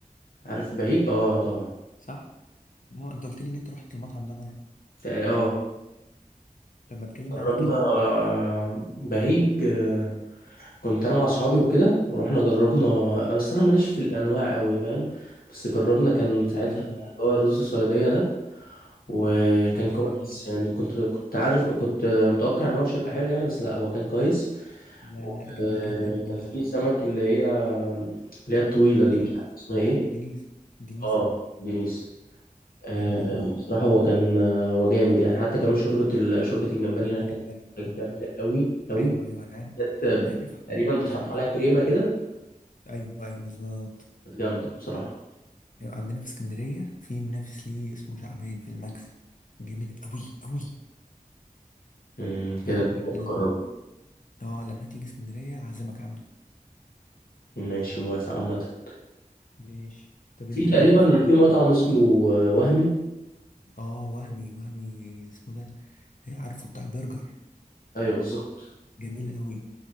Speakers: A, on the left; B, on the left.
A: عارف بهيج اه طبعا
B: صح ما هو انت قلت لي ان انت رحت المطعم ده مره
A: تقريبا اه
B: طب ما تكلمني
A: جربنا
B: عليه كده
A: آه، بهيج آه، كنت انا مع اصحابي وكده ورحنا جربنا آه، بس انا ماليش في الانواع قوي فاهم بس جربنا كان ساعتها
B: ايوه
A: اللي
B: ايوه
A: هو الرز الصياديه ده وكان
B: ايوه
A: كويس
B: جميل
A: يعني كنت كنت عارف كنت متوقع ان هو مش هيبقى حلو يعني بس لا هو كان كويس
B: لا
A: وكان
B: لا جميل جدا جميل جدا
A: في سمك اللي هي اللي هي الطويله
B: دنيس
A: دي مش عارف اسمها ايه
B: دنيس دنيسة
A: اه دينيس آه،
B: جامدة أوي دي
A: بصراحه هو كان هو جامد يعني حتى كمان شوربه ال- شوربه الجمبري
B: شوربة
A: هناك
B: الجمبري
A: كانت
B: اه
A: جامده قوي قوي
B: أيوه أيوه أنا عارف
A: كانت
B: عارفها
A: تقريبا بتحط
B: عندنا
A: عليها
B: في...
A: كريمه كده
B: أيوه أيوه بالظبط
A: كانت جامدة بصراحة
B: أيوة عندنا في اسكندرية في منافس ليه اسمه شعبان في الماكس جامد أوي أوي
A: امم كده
B: اه
A: متقربة
B: لما آه، لما تيجي اسكندرية أعزمك عنده
A: ماشي موافق عامة
B: ماشي طب
A: في
B: أنت
A: تقريبا
B: ليك في
A: في مطعم اسمه آه، وهمي
B: اه وهمي وهمي اسمه ده آه، عارفه بتاع البرجر
A: ايوه بالظبط
B: جميل قوي